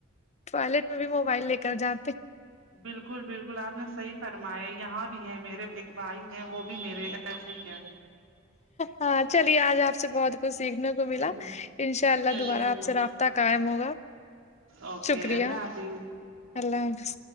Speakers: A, on the left; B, on the right.
A: ٹوائلٹ میں بھی موبائل لے کر جاتے
B: بالکل بالکل آپ نے صحیح فرمایا یہاں بھی ہے میرے ایک بھائی ہیں وہ بھی میرے ایسے ہی ہے
A: ہاں چلیے آج آپ سے بہت کچھ سیکھنے کو ملا
B: چلیے
A: ان شاء اللہ
B: چلیے
A: دوبارہ
B: اللہ
A: آپ سے رابطہ قائم ہوگا
B: اوکے
A: شکریہ
B: اللہ آپی
A: اللہ حفظ